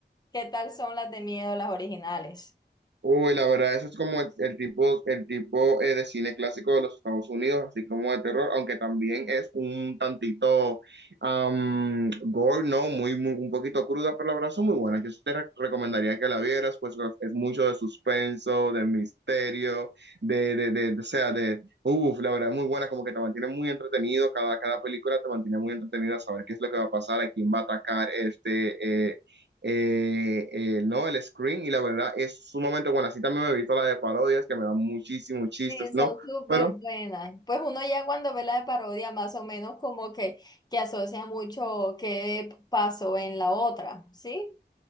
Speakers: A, on the left (about 20°); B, on the right (about 75°).
A: ¿Qué tal son las de miedo, las originales?
B: Uy, la verdad, eso es como el, el tipo, el tipo eh, de cine clásico de los Estados Unidos, así como de terror, aunque también es un tantito am, gore, ¿no? Muy, muy, un poquito cruda, pero la verdad son muy buenas. Yo sí te re- recomendaría que la vieras, pues es mucho de suspenso, de misterio, de, de, de, de- o sea, de, uff, la verdad es muy buena, como que te mantiene muy entretenido, cada, cada película te mantiene muy entretenido a saber qué es lo que va a pasar, a quién va a atacar este, eh, eh, eh, ¿no? El screen y la verdad es sumamente buena. Así también me he visto la de parodias que me dan muchísimos chistes,
A: Sí,
B: ¿no?
A: son súper
B: Pero
A: buenas. Pues uno ya cuando ve la de parodia, más o menos como que, que asocia mucho qué pasó en la otra, ¿sí?